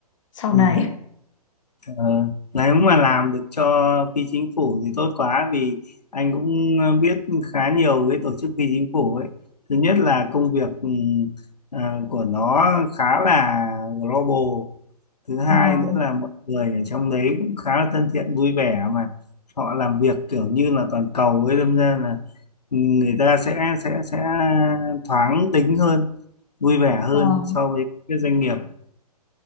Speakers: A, on the left; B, on the left.
A: sau
B: Ừ.
A: này.
B: Ờ, nếu mà làm được cho phi chính phủ thì tốt quá vì anh cũng ờ, biết khá nhiều cái tổ chức phi chính phủ ấy. Thứ nhất là công việc ừm, ờ, của nó khá là global. Thứ hai
A: <laughs> Vâng,
B: nữa là mọi người ở trong đấy cũng khá là thân thiện vui vẻ mà họ làm việc kiểu như là toàn cầu ấy đâm ra là người ta sẽ sẽ sẽ thoáng tính hơn, vui vẻ hơn
A: vâng.
B: so với các doanh nghiệp